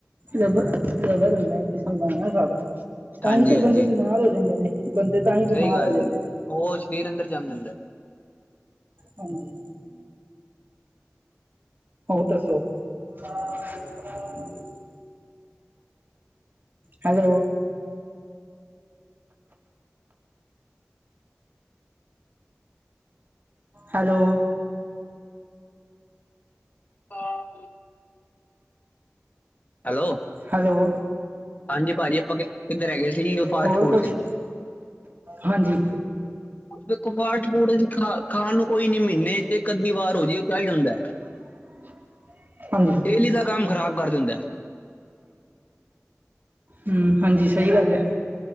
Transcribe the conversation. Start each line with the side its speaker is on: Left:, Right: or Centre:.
Right: ਰਬਰ ਰਬਰ ਹੁੰਦਾ ਇੱਕ ਕਿਸਮ ਦਾ ਸਦਾ ਤਾਂ
Left: ਹਾਂਜੀ
Right: ਹੀ ਤੇ
Left: ਹਾਂਜੀ
Right: ਬੰਦੇ ਬਿਮਾਰ ਹੋ ਜਾਂਦੇ ਨੇ ਬੰਦੇ ਤਾਂ ਹੀ
Left: ਸਹੀ
Right: ਬਿਮਾਰ
Left: ਗੱਲ
Right: ਹੋ ਜਾਂਦੇ
Left: ਨ
Right: ਨੇ,
Left: ਉਹ ਸਰੀਰ ਅੰਦਰ ਜੰਮ ਜਾਂਦਾ।
Right: ਹਾਂਜੀ ਹੋ ਦੱਸੋ। <inaudible> ਹੈਲੋ। ਹੈਲੋ।
Left: ਹਾਂ। Hello
Right: hello.
Left: ਹਾਂਜੀ, ਭਾਜੀ ਆਪਾਂ ਕਿੱਧਰ ਹੈਗੇ ਸੀ ਉਹ ਫਾਸਟ
Right: ਹੋਰ
Left: ਫੂਡ
Right: ਕੁਛ
Left: ਤੇ। <inaudible>
Right: ਹਾਂਜੀ,
Left: ਦੇਖੋ ਫਾਸਟ ਫੂਡ ਖਾ ਖਾਣ ਨੂੰ ਕੋਈ ਨੀ ਮਹੀਨੇ ਚ ਇਕ ਅੱਧੀ ਵਾਰ ਹੋ ਜੇ ਉਹ ਚਲ ਜਾਂਦਾ।
Right: <inaudible> ਹਾਂਜੀ,
Left: ਡੇਲੀ ਦਾ ਕੰਮ ਖ਼ਰਾਬ ਕਰ ਦਿੰਦਾ।
Right: ਹਮ ਹਾਂਜੀ, ਸਹੀ ਗੱਲ ਹੈ।